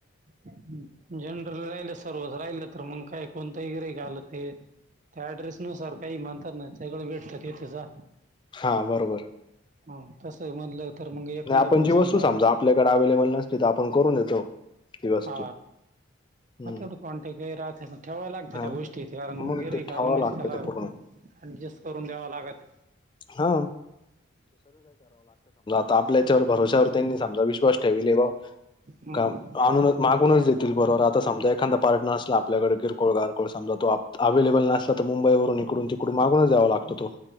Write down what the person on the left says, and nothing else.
हा बरोबर...
नाही आपण
जी वस्तू
समजा आपल्याकडे अवैलेबल नसती तर आपण करून देतो... ती वस्तू
हम्म
हा
मग ते ठेवावं
लागतं ते पूर्ण
हा आपल्याच्यावर भरोश्यावर त्यांनी समजा विश्वास ठेविले बा...
का आणूनच मागूनच देतील बरोबर आता समजा एखादा... पार्टनर असला आपल्याकडे किरकोळ गारकोळ समजावतो अवेलेबलसला तर मुंबईवरून इडून तिकडून मागूनच द्याव लागतो... होतो..